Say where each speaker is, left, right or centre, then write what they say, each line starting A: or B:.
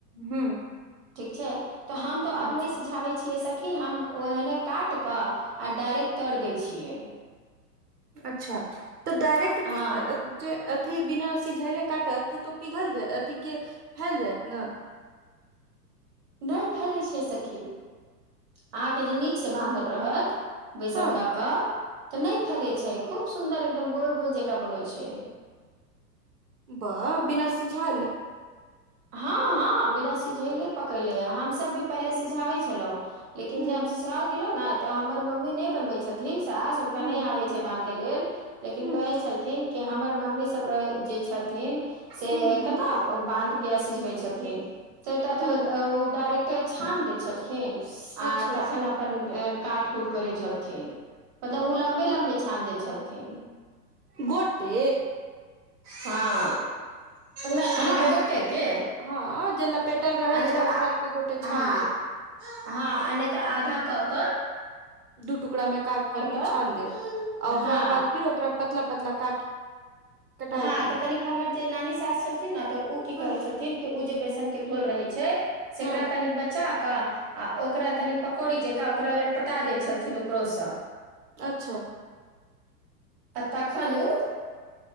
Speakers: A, on the right; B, on the right.
A: हूँ
B: ठीक छै तऽ हम तऽ आब
A: अच्छा
B: नै सिझाबै छियै स कि हम ओ एहने काट कऽ आ डारेक्ट तर दै छियै।
A: अच्छा तऽ डायरेक्ट
B: आ हँ
A: के तऽ जे अथि बिना सिझयले काटत तऽ उ तो पिघल जाय अथी गे फैल जायत न
B: नल फैलै छै सखी अहाँके जे नीक स बानधल रहत बेसन
A: हँ
B: दऽ कऽ तऽ नै फैले छै खूब सुन्दर एकदम गोल-गोल जेका बनै छै।
A: बाह बिनासी झाल
B: हँ-हँ बिना सिझलै पकैले हमसब भी पहिले सिझाबै छलौं लेकिन
A: हुं
B: जे हम ससुराल गेलौ न तऽ हमर मम्मी नै बनबै छथि धिन सास हुनका
A: हुं
B: नै आबे
A: हुं
B: छै बानधै लेल लेकिन
A: हुं
B: कहै छलखिन। के हमर मम्मी सब रह जे छथिन से
A: हुं हुं
B: कत बानध सिझबै छथिन्ह से तऽ
A: हुं
B: ओ डारेक्ट छान दै छलखि खीन आ
A: अच्छा
B: तखन अपन काट-कुट करै छलथिन। मतलब
A: ओ
B: उ लम्बे-लम्बे छानदै छलथिन।
A: गोटे
B: हँ नैऽ
A: मने
B: हँ
A: गोट
B: गोटे के
A: हँ जे लपेटल रहै
B: आ नहि
A: छै
B: तऽ
A: ओकरा आर के एक गोटे छानि
B: हँ
A: देब।
B: हँ आ नै तऽ आधा कऽ क
A: दू टुकड़ा मे काट क फिर
B: कऽ
A: छानि देब आ
B: हँ
A: ओकरा आर बाद फिर ओकरा पतला-पतला काट कटाय
B: हँ
A: तू
B: तऽ कनिक हमर जे नानी सास छलथिन न तऽ उ कि
A: हँ
B: करै छलथिन कि ओ जे बेसनक के घोर रहै छै सेकरा
A: हँ
B: कनिक बच्चा क आ ओकरा
A: हुं
B: तनि पकौड़ी जकाँ ओकरा लटपटा दैत छलथिन ऊपरोसँ
A: अच्छा
B: आ तखन ओ